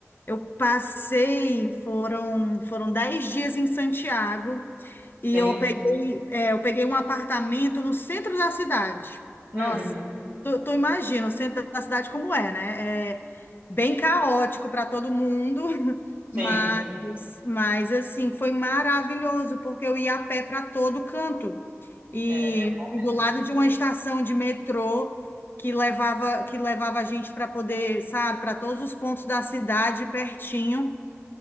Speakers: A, on the left; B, on the right.
A: eu passei, foram, foram 10 dias em Santiago. E
B: Sim.
A: eu peguei, é, eu peguei um apartamento no centro da cidade. Nossa,
B: Uhum.
A: tu, tu imagina o centro da cidade como é, né? É bem caótico para todo mundo, <laughs>
B: Sim.
A: mas, mas assim, foi maravilhoso, porque eu ia a pé para todo canto. E,
B: É, aí é bom mesmo.
A: e do lado de uma estação de metrô que levava, que levava a gente para poder, sabe, para todos os pontos da cidade pertinho